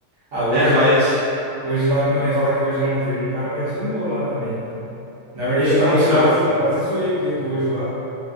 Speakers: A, on the right; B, on the right.
A: Ah, hoje,
B: É, mas.
A: Hoje lá, não, eu ia falar que hoje lá no treino um cara lesionou lá também, cara. Na verdade,
B: Vixe,
A: eu também
B: o que aconteceu?
A: quase,
B: O
A: quase zoei o dedo hoje lá.